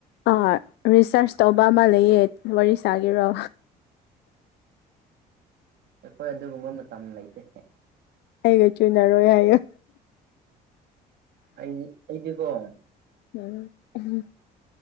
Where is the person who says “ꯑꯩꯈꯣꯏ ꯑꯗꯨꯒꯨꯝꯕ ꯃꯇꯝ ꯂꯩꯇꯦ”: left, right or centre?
Right